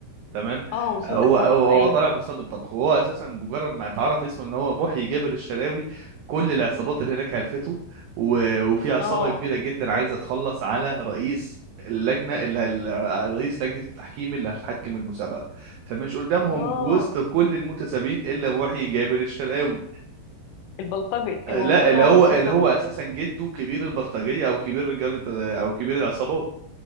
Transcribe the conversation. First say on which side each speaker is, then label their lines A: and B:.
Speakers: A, on the right (about 85°); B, on the left (about 80°).
A: تمام
B: اه مسابقة
A: هو هو
B: طبخ ايوه
A: هو طالع مصاب بالطبخ وهو اساسا مجرد ما اتعرف اسمه ان هو محيي جابر الشلاوي كل العصابات اللي هناك هلفته و... وفي عصابه
B: اه
A: كبيره جدا عايزه تخلص على رئيس اللجنه اللي ال- رئيس لجنه التحكيم اللي هتحكم المسابقه فمش قدامهم
B: اه
A: وسط كل المتسابقين الا محيي جابر الشلاوي
B: البلطجي
A: لا
B: المفروض ان
A: اللي
B: هو
A: هو
B: فاكرين
A: اللي
B: بلطجي
A: هو اساسا جده كبير البلطجيه او كبير رجال او كبير العصابات